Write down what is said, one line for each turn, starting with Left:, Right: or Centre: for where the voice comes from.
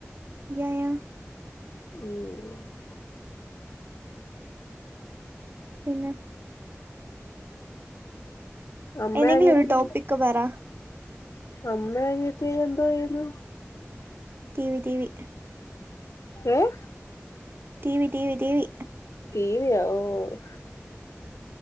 Right: യാ യാ
Left: ഉം
Right: പിന്ന
Left: അമ്മേ
Right: എന്തെങ്കിലും
Left: അനിയത്തീം
Right: ഒരു ടോപ്പിക്ക് പറ
Left: അമ്മേ അനിയത്തി എന്തൊ ചെയ്യുന്ന്
Right: ടീവി ടീവി
Left: ഏഹ്
Right: ടീവി ടീവി ടീവി
Left: ടീവിയോ ഓഹ്